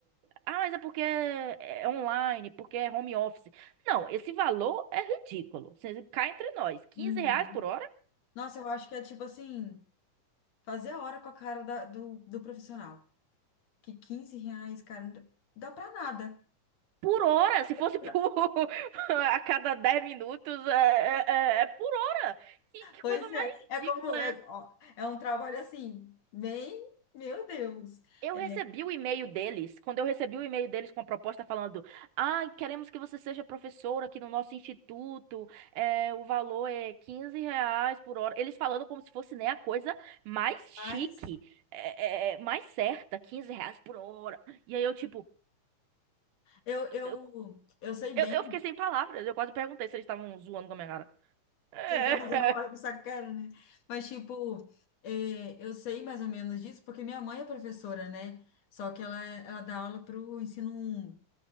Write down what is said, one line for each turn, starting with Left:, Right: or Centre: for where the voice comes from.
Right: ah, mas é porque é é online, porque é home office. Não, esse valor é ridículo. Você cai entre nós. quinze
Left: Uhum.
Right: reais por hora?
Left: Nossa, eu acho que é tipo assim, fazer hora com a cara da- do, do profissional. Que 15 reais, cara, não dá pra nada.
Right: Por hora, se fosse
Left: <laughs>
Right: por <laughs> a cada 10 minutos, é, é, é- é por hora. Que, que
Left: Pois
Right: coisa mais
Left: é, é
Right: ridícula
Left: como, é,
Right: é essa?
Left: ó, é um trabalho assim, bem, meu Deus.
Right: Eu
Left: É,
Right: recebi o e-mail deles, quando eu recebi o e-mail deles com a proposta falando: ah, queremos que você seja professora aqui no nosso instituto, é, o valor é 15 reais por hora. Eles falando como se fosse né, a coisa mais chique,
Left: Mas
Right: é, é, é, mais certa, 15 reais por hora. E aí eu, tipo,
Left: eu, eu,
Right: eu,
Left: eu sei bem.
Right: eu, eu fiquei sem palavras, eu quase perguntei se eles estavam zoando com a minha cara. É.
Left: Vocês estão fazendo hora com essa cara, né? Mas, tipo, é, eu sei mais ou menos disso porque minha mãe é professora, né? Só que ela, ela dá aula para o ensino